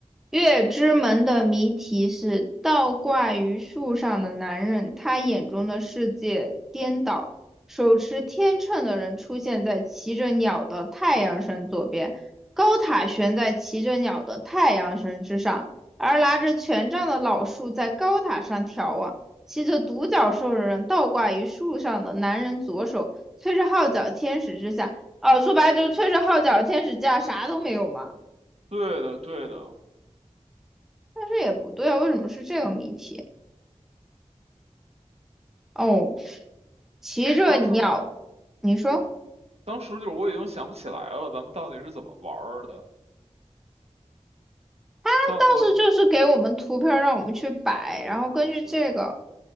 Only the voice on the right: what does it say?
对的，对的。
当时
当时就是我已经想不起来了，咱们到底是怎么玩儿的？
但我
对，